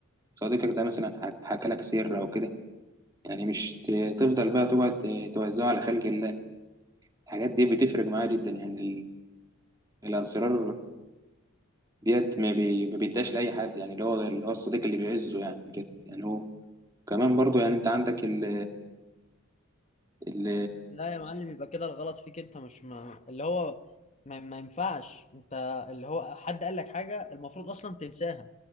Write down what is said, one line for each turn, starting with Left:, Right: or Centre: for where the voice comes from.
Right: صديقك ده مثلا حك- حكى لك سر او كده يعني مش ت- تفضل بقى تقعد ت- توزعه على خلق الله الحاجات دي بتفرق معاه جدا يعني ال- الاسرار ديت ما بي- ما بيداش لاي حد يعني اللي هو اللي هو الصديق اللي بيعزه يعني بجد يعني هو كمان برضه يعني انت عندك ال ال
Left: لا يا معلم يبقى كده الغلط فيك انت مش ما اللي هو ما, ما ينفعش انت اللي هو حد قال لك حاجة المفروض اصلا تنساها